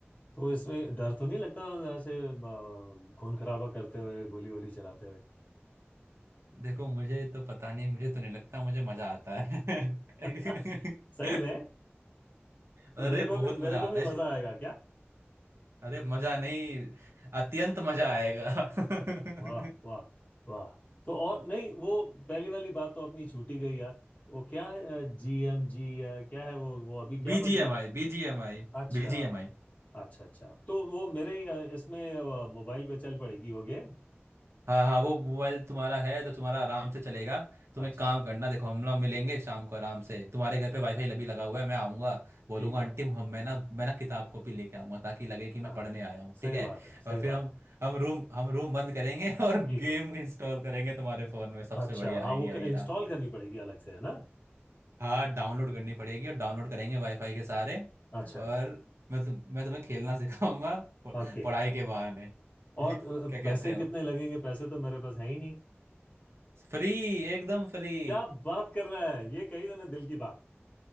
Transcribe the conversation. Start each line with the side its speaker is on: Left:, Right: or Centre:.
Left: तो इसमें डर तो नहीं लगता ऐसे अ, खून खराबा करते हुए गोली वोली चलाते हुए
Right: देखो मुझे तो पता नहीं मुझे तो नहीं लगता मुझे मजा आता है
Left: <laughs>
Right: <laughs>
Left: सही में तो
Right: अरे
Left: मेरे को भी
Right: बहुत
Left: मेरे
Right: मजा
Left: को
Right: आता
Left: भी
Right: है इस-
Left: मजा आएगा क्या
Right: अरे मजा नहीं अत्यंत मजा आएगा <laughs>
Left: वाह वाह वाह तो और नहीं वो पहली वाली बात तो अपनी छूटी गई यार वो क्या जी एम जी क्या है वो वो अभी क्या
Right: BGMI
Left: बन गया
Right: BGMI
Left: अच्छा
Right: BGMI
Left: अच्छा अच्छा तो वो मेरे अ, इसमें अ, मोबाइल पे चल पड़ेगी वो गेम
Right: हाँ हाँ वो मोबाइल तुम्हारा है जो तुम्हारा आराम से चलेगा तुम
Left: अच्छा
Right: एक काम करना देखो हम लोग मिलेंगे शाम को आराम से तुम्हारे घर पे वाईफाई लबी लगा हुआ है मैं आऊँगा बोलूँगा
Left: ठीक
Right: आंटी
Left: है
Right: हम मैं ना मैं ना किताब कॉपी लेके आऊँगा ताकि लगे कि मैं
Left: हाँ
Right: पढ़ने आया हूँ
Left: सही
Right: ठीक है
Left: बात है सही
Right: और फिर
Left: बात
Right: हम
Left: है
Right: हम रूम हम रूम बंद करेंगे <laughs> और
Left: ठीक
Right: गेम
Left: है
Right: इंस्टॉल करेंगे तुम्हारे फ़ोन में सबसे
Left: अच्छा
Right: बढ़िया
Left: हाँ
Right: आइडिया
Left: वो
Right: ये
Left: इंस्टॉल
Right: रहा
Left: करनी पड़ेगी अलग से है ना
Right: हाँ डाउनलोड करनी पड़ेगी और डाउनलोड करेंगे वाईफाई के सहारे
Left: अच्छा
Right: और मैं तुम मैं तुम्हें खेलना <laughs> सिखाऊंगा प-
Left: ओके
Right: पढ़ाई के बहाने <laughs>
Left: और
Right: क्या
Left: अ,
Right: कहते
Left: पैसे
Right: हो
Left: कितने लगेंगे पैसे तो मेरे पास है ही नहीं
Right: फ्री एकदम फ्री
Left: क्या बात कर रहा है ये कही तूने दिल की बात